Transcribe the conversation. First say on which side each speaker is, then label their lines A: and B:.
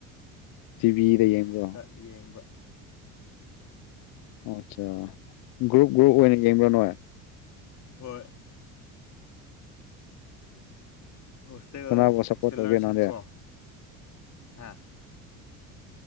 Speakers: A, on the left (about 60°); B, on the left (about 45°).
A: ꯇꯤꯚꯤꯗ ꯌꯦꯡꯕ꯭ꯔꯣ
B: ꯌꯦꯡꯕ
A: ꯑꯣꯆꯥ ꯒ꯭ꯔꯨꯞ ꯒ꯭ꯔꯨꯞ ꯑꯣꯏꯅ ꯌꯦꯡꯕ꯭ꯔꯥ ꯅꯣꯏ
B: ꯍꯣꯏ ꯍꯣꯁꯇꯦꯜ
A: ꯀꯅꯥꯕꯨ
B: ꯍꯣꯁꯇꯦꯂ꯭ꯔꯁꯤꯡꯀꯣ
A: ꯁꯞꯄꯣꯔꯠ ꯇꯧꯒꯦ ꯅꯪꯗꯤ
B: ꯍꯥ